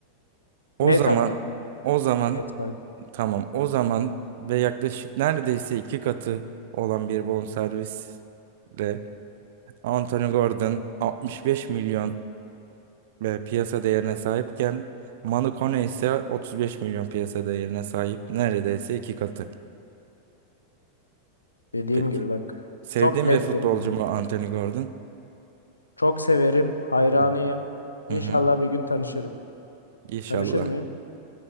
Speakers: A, on the right; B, on the left.
A: o
B: Net
A: zaman
B: ama net,
A: o zaman
B: net bak.
A: tamam o zaman ve yaklaşık neredeyse iki katı olan bir bonservisle Anthony Gordon 65 milyon e, piyasa değerine sahipken Manu Kone ise 35 milyon piyasa değerine sahip neredeyse iki katı.
B: Dediğim
A: Peki.
B: gibi bak.
A: Sevdiğim
B: Çok net
A: bir futbolcu
B: dedim hem de.
A: mu Anthony Gordon?
B: Çok severim, hayranıyım.
A: Hı hı.
B: İnşallah
A: Hı hı.
B: bir gün tanışırım.
A: İnşallah.
B: Tanışır mıyım?